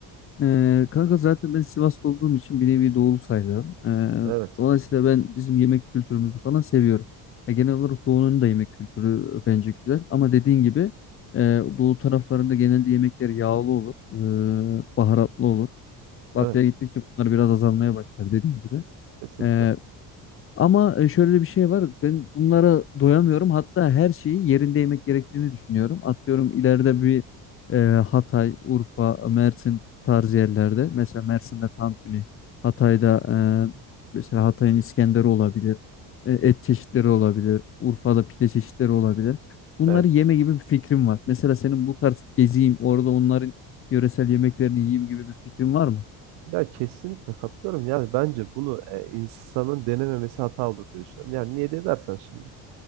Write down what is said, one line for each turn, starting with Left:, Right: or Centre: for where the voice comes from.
Left: hı. E, kanka zaten ben Sivaslı olduğum için bir nevi doğulu sayılırım. E,
Right: Evet.
Left: dolayısıyla ben bizim yemek kültürümüzü falan seviyorum. Ya genel olarak doğunun da yemek kültürü bence güzel. Ama dediğin gibi e, doğu taraflarında genelde yemekler yağlı olur, e, baharatlı olur. Batıya
Right: Evet.
Left: gittikçe bunlar biraz azalmaya başlar dediğin gibi.
Right: Kesinlikle.
Left: Ee, ama e, şöyle bir şey var. Ben bunlara doyamıyorum. Hatta her şeyi yerinde yemek gerektiğini düşünüyorum. Atıyorum ileride bir e, Hatay, Urfa, Mersin tarzı yerlerde. Mesela Mersin'de tantuni, Hatay'da e, mesela Hatay'ın İskender'i olabilir. E, et çeşitleri olabilir. Urfa'da pide çeşitleri olabilir. Bunları
Right: Evet.
Left: yeme gibi bir fikrim var. Mesela senin bu tarz geziyim, orada onların yöresel yemeklerini yiyeyim gibi bir fikrin var mı?
Right: Ya kesinlikle katılıyorum. Yani bence bunu e, insanın denememesi hata olur diye düşünüyorum. Yani niye diye dersen şimdi.